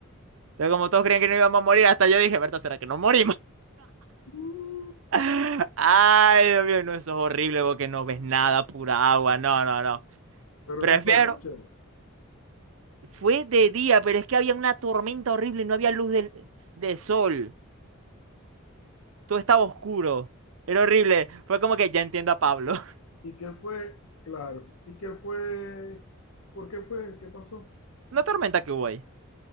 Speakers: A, on the right; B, on the left.
A: Entonces, como todos creían que no íbamos a morir, hasta yo dije, ¿verdad? ¿Será que no morimos?
B: Mm,
A: Ay, Dios mío, no, eso es horrible porque no ves nada, pura agua. No, no, no.
B: ¿Pero
A: Prefiero.
B: qué fue de noche?
A: Fue de día, pero es que había una tormenta horrible, no había luz del, de sol. Todo estaba oscuro. Era horrible. Fue como que ya entiendo a Pablo. <laughs>
B: ¿Y qué fue? Claro. ¿Y qué fue? ¿Por qué fue? ¿Qué pasó?
A: Una tormenta que hubo ahí.